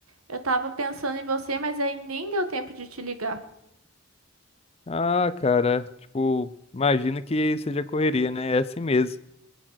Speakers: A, on the right; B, on the left.
A: eu tava pensando em você, mas aí nem deu tempo de te ligar.
B: Ah, cara, tipo, imagino que seja correria, né? É assim mesmo.